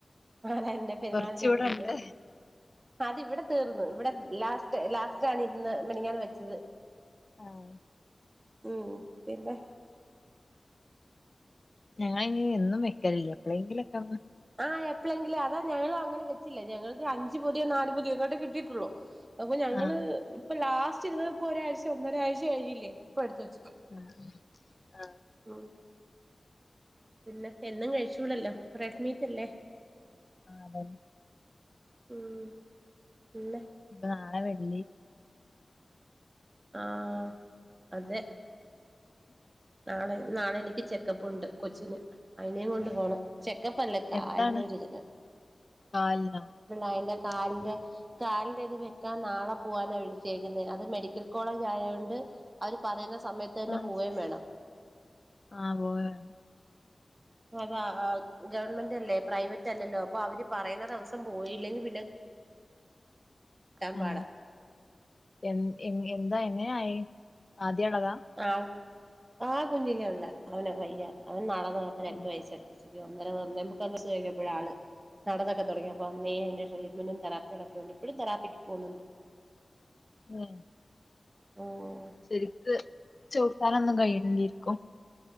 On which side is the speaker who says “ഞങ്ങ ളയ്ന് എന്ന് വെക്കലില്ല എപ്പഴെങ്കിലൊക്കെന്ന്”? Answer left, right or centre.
Left